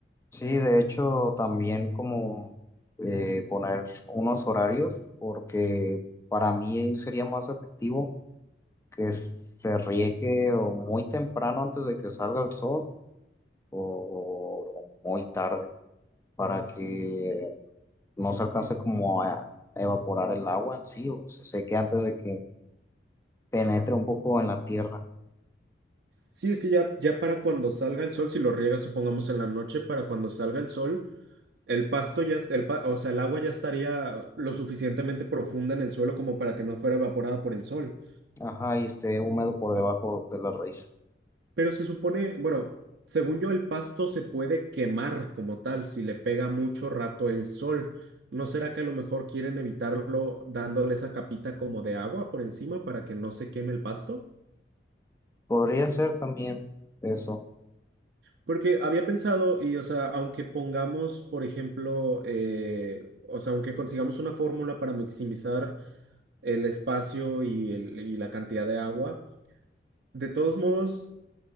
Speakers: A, on the left; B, on the right.
A: sí, de hecho, también como eh, poner unos horarios, porque para mí sería más efectivo que se riegue o muy temprano antes de que salga el sol o, o muy tarde, para que no se alcance como a evaporar el agua en sí o se seque antes de que penetra un poco en la tierra,
B: Sí, es que ya, ya para cuando salga el sol, si lo riega supongamos en la noche, para cuando salga el sol, el pasto ya, es- el, pa- o sea, el agua ya estaría lo suficientemente profunda en el suelo como para que no fuera evaporada por el sol.
A: ajá, y esté húmedo por debajo de las raíces.
B: Pero se supone, bueno, según yo, el pasto se puede quemar como tal si le pega mucho rato el sol. ¿No será que a lo mejor quieren evitarlo dándole esa capita como de agua por encima para que no se queme el pasto?
A: Podría ser también eso.
B: Porque había pensado, y o sea, aunque pongamos, por ejemplo, eh, o sea, aunque consigamos una fórmula para maximizar el espacio y, el- y la cantidad de agua, de todos modos